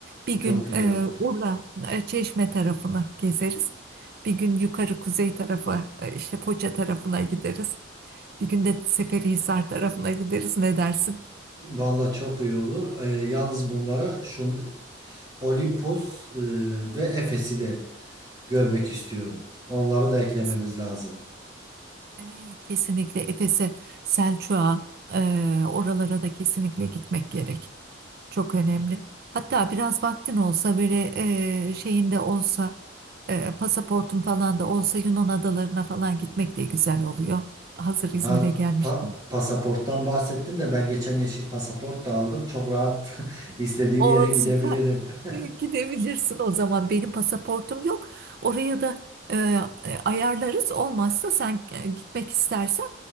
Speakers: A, on the right (about 50°); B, on the right (about 20°).
A: Bir gün
B: çok iyi
A: e,
B: olur.
A: Urla, e, Çeşme tarafını gezeriz. Bir gün yukarı kuzey tarafı, e, işte Foça tarafına gideriz. Bir gün de Seferihisar tarafına gideriz. Ne dersin?
B: Valla çok iyi olur. Ee, yalnız bunlara şunu Olimpos e, ve Efes'i de görmek istiyorum.
A: Evet,
B: Onları da eklememiz
A: kesin.
B: lazım.
A: Evet, kesinlikle Efes'e, Selçuk'a, e, oralara da kesinlikle gitmek gerek. Çok önemli. Hatta biraz vaktin olsa böyle e, şeyin de olsa, e, pasaportun falan da olsa Yunan adalarına falan gitmek de güzel oluyor. Hazır İzmir'e
B: Ha,
A: gelmiş.
B: pa- pasaporttan bahsettin de ben geçen yeşil pasaport da aldım. Çok rahat <laughs> istediğim
A: O
B: yere gidebilirim.
A: süper. E, Gidebilirsin
B: <laughs>
A: o zaman. Benim pasaportum yok. Oraya da e, e, ayarlarız. Olmazsa sen e, gitmek istersen